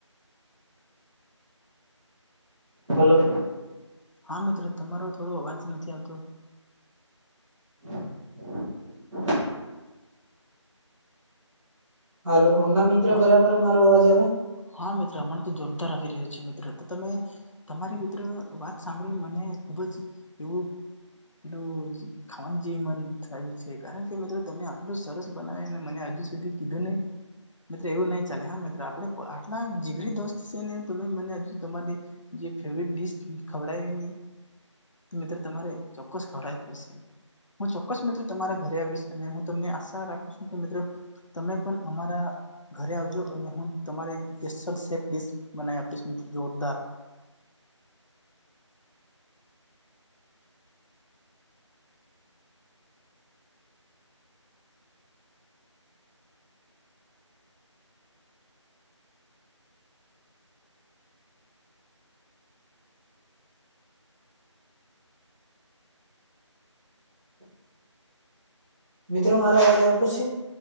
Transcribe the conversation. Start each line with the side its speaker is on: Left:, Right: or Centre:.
Centre: હલો.
Left: હા મિત્ર તમારો થોડો અવાજ નથી આવતો.
Centre: <inaudible> હાલો હમણાં મિત્ર
Left: હા
Centre: બરાબર મારો અવાજ આવે?
Left: હા મિત્ર હમણા તો જોરદાર આવી રહ્યો છે મિત્ર, તો તમે તમારે મિત્ર વાત સાંભળી મને ખુબ જ એવું એટલું ખાવાની જેવી મન થાય છે કારણ કે મિત્રો તમે આટલું સરસ બનાવે અને મને હજુ સુધી કીધું નહી મિત્રો એવું નઈ ચાલે હા મિત્રો આપડે આટલા જીગરી દોસ્ત છે ને તમે મને હજુ તમારી જે ફેવરેટ ડીશ ખવડાવવી ની. તો મિત્ર તમારે ચોક્કસ ખવડાવી પડશે. હું ચોક્કસ મિત્ર તમારા ઘરે આવીશ અને હું તમને આશા રાખું છું કે મિત્ર તમે પણ અમારા ઘરે આવજો અને હું તમારી સ્પેશિલ સેફ ડિશ બનાવી આપીશ મિત્રો જોરદાર.
Centre: મિત્રો મારો અવાજ આવતો છે?